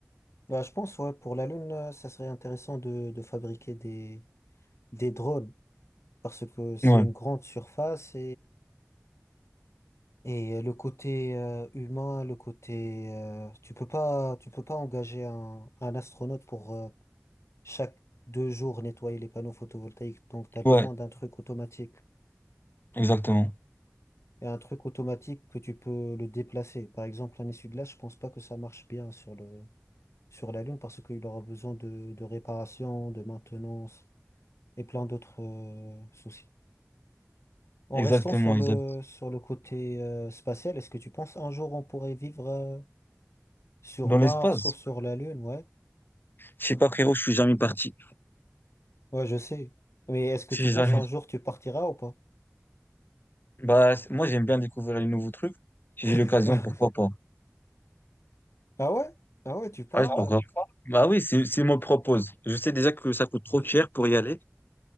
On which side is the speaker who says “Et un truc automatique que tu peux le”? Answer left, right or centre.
Left